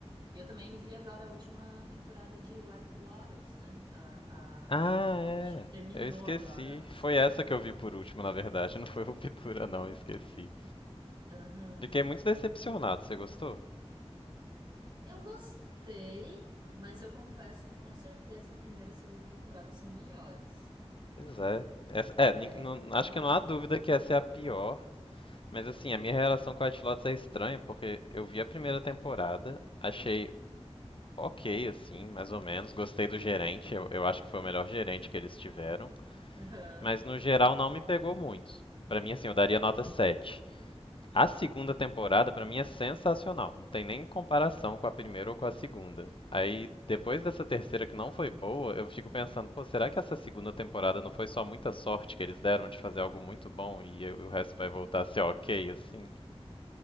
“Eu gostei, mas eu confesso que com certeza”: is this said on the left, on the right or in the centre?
Right